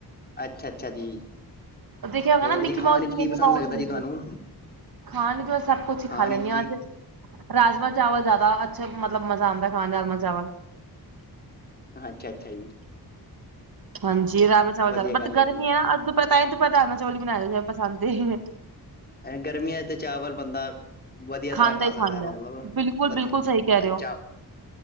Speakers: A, on the left; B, on the right.
A: ਅੱਛਾ- ਅੱਛਾ ਜੀ।
B: ਦੇਖਿਆ ਹੋਗਾ
A: ਹੋਰ
B: ਨਾ ਮਿੱਕੀ
A: ਜੀ,
B: ਮਾਊਸ
A: ਖਾਣ ਵਿੱਚ
B: ਮਿਨੀ
A: ਕੀ ਪਸੰਦ
B: ਮਾਊਸ
A: ਲੱਗਦਾ
B: ਮਿਊਜ਼ਿਕ।
A: ਜੀ ਤੁਹਾਨੂੰ।
B: ਖਾਣ ਕਿ ਮੈਂ ਸਭ ਕੁਛ
A: ਖਾਣ
B: ਹੀ ਖਾ ਲੈਂਦੀ
A: ਵਿੱਚ ਜੀ
B: ਹਾਂ। ਸੇ ਰਾਜਮਾਂ -ਚਾਵਲ ਜ਼ਿਆਦਾ ਅੱਛਾ। ਮਤਲਬ ਮਜ਼ਾ ਆਉਦਾ ਖਾਣ ਰਾਜਮਾਂ- ਚਾਵਲ।
A: ਅੱਛਾ- ਅੱਛਾ ਜੀ।
B: ਹਾਂਜੀ। ਰਾਜਮਾ- ਚਾਵਲ
A: ਵਧੀਆ
B: ਜ਼ਿਆਦਾ।
A: ਗੱਲ
B: ਬਟ ਗਰਮੀ
A: ਜੀ
B: ਹੈ ਨਾ ਅ ਤਾਂ ਰਾਜਮਾ- ਚੌਲ ਵੀ ਬਣਾਏ ਹੋ ਪਸੰ ਏ।
A: ਗਰਮੀਆਂ ਤੇ ਚਾਵਲ ਬਣਦਾ। ਵਧੀਆ ਤਰ੍ਹਾਂ
B: ਖਾਂਦਾ
A: ਖਾ
B: ਹੀ
A: ਸਕਦਾ।
B: ਖਾਂਦਾ
A: ਮਤਲਬ
B: ਬਿਲਕੁਲ
A: ਵਧੀਆ
B: ਬਿਲਕੁਲ ਸਹੀ ਕਹਿ ਰਹੇ ਹੋ
A: ਚਾ